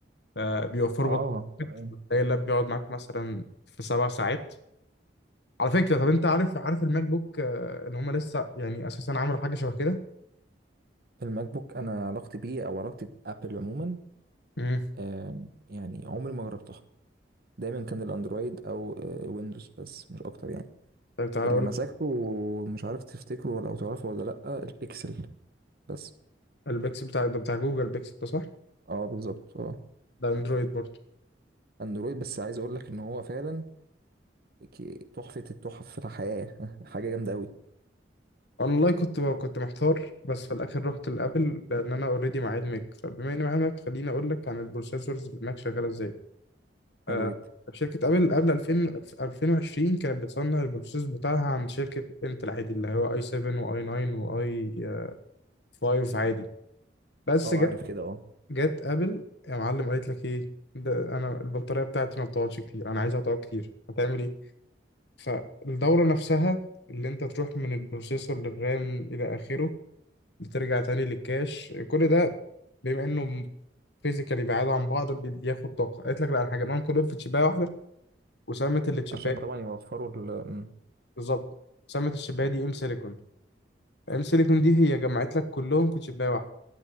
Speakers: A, on the left; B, on the right.
A: آه، بيوفروا
B: اه
A: بطارية
B: تمام
A: بتلاقي اللاب بيقعد معاك مثلا في سبع ساعات على فكرة طب انت عارف عارف الماك بوك آه، ان هم لسه يعني اساسا عملوا حاجة شبه كده
B: الماك بوك انا علاقتي بيه او علاقتي بابل عموما
A: امم
B: آه يعني عمري ما جربتها دايما كان الاندرويد او آه، ويندوز بس مش اكتر يعني
A: طب تعالى
B: اللي
A: اقول
B: مسكته
A: لك
B: مش عارف تفتكره ولا او تعرفه ولا لا البيكسل بس
A: البيكسل بتاع ده بتاع جوجل بيكسل ده صح
B: اه بالظبط اه
A: ده اندرويد برضه
B: اندرويد بس عايز اقول لك ان هو فعلا ك- تحفة التحف في الحياة <laughs> حاجة جامدة قوي
A: والله كنت بقى كنت محتار بس في الاخر رحت لابل لان انا اوريدي معايا الماك فبما اني معايا الماك خليني اقول لك عن البروسيسورز في الماك شغاله ازاي آه
B: حلو جدا
A: شركه ابل قبل 2000 2020 كانت بتصنع البروسيسور بتاعها عند شركه انتل عادي اللي هو اي 7 واي 9 واي 5 عادي بس
B: اه
A: جت
B: عارف كده اه
A: جت ابل يا معلم قالت لك ايه ده انا البطاريه بتاعتي ما بتقعدش كتير انا عايزها تقعد كتير هتعمل ايه فالدوره نفسها اللي انت تروح من البروسيسور للرام الى اخره بترجع تاني للكاش كل ده بما انه فيزيكالي بعاد عن بعض بي- بياخد طاقه قالت لك لا انا هجمعهم كلهم في تشيبايه واحده وسمت اللي تشيبايه
B: عشان طبعا يوفروا ال م-
A: بالظبط سمت التشيبايه دي ام سيليكون ام سيليكون دي هي جمعت لك كلهم في تشيبايه واحده